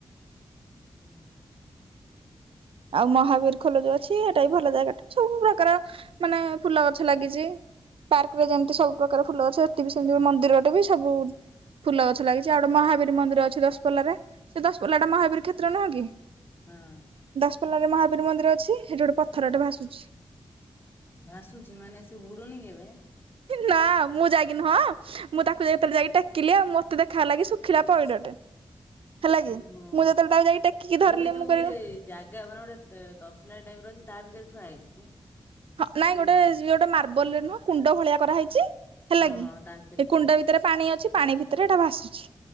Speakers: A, on the left; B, on the right.
A: ହୁଁ।
B: ଆଉ ମହାବୀର୍ ଖୋଲ ଯୋଉ ଅଛି ଏଟା ବି ଭଲ ଜାଗାଟେ ସବୁ ପ୍ରକାର ମାନେ ଫୁଲ ଗଛ ଲାଗିଚି। ପାର୍କ ରେ ଯେମିତି ସବୁ ପ୍ରକାର ଫୁଲ ଗଛ ହେଟୀ ବି ସେମିତି
A: ହୁଁ
B: ମନ୍ଦିର ଟେ ବି ସବୁ ଫୁଲ ଗଛ ଲାଗିଛି ଆଉ ଗୋଟେ ମହାବୀର୍ ମନ୍ଦିର ଅଛି ଦଶପଲା ରେ ସେ ଦଶଲଲାଟା ମହାବୀର କ୍ଷେତ୍ର ନୁହଁ କି?
A: ହଁ।
B: ଦସ୍ ପଲା ରେ ମହାବୀର୍ ମନ୍ଦିର ଅଛି, ହେଟି ଗୋଟେ ପଥରଟେ ଭାସୁଛି।
A: ଭାସୁଛିି ମାନେ ସେ ବୁଡୁନି କେବେ?
B: ନା, ମୁଁ ଯାଇକି ନୁହଁ। ମୁଁ ତାକୁ ଯେତେବେଳେ ଯାଇକି ଟେକିଲି ଆଉ ମତେ ଦେଖାଗଲା କି ଶୁଖିଲା ପଇଡଟେ। ହେଲା
A: ହୁଁ
B: କି,
A: ହଁ।
B: ମୁଁ ଯେତେବେଳେ ତାକୁ ଯାଇକି ଟେକିକି ଧରିଲି
A: ଗୋଟେ ଯୋଉ
B: ମୁଁ
A: ଗୋଟେ
B: କହିଲି
A: ଜାଗା ମାନେ ଗୋଟେ ତସଲା ଟାଇପ୍ ର ଅଛି ତା ଭିତରେ ଥୁଆ ହେଇଛି କି?
B: ହଁ ନାଇଁ
A: କୋଉଥିରେ
B: ଗୋଟେ ମାର୍ବଲ୍ ରେ ନୁହଁ କୁଣ୍ଡ ଭଳିଆ କରାହେଇଚି ହେଲା
A: ହଁ
B: କି।
A: ହଁ ତା ଭିତରେ
B: ସେ
A: ପଡିଛି
B: କୁଣ୍ଡ ଭିତରେ ପାଣି ଅଛି, ପାଣି ଭିତରେ ଏଟା ଭାସୁଛି।